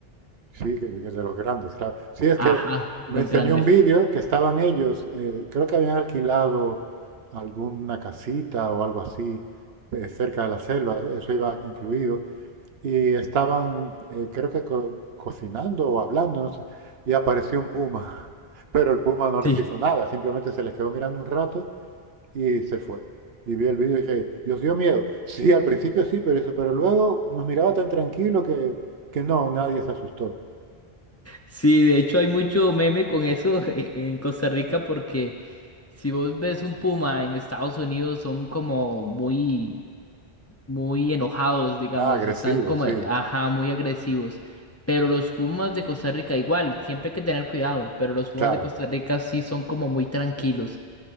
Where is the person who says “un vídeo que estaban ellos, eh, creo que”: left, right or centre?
Right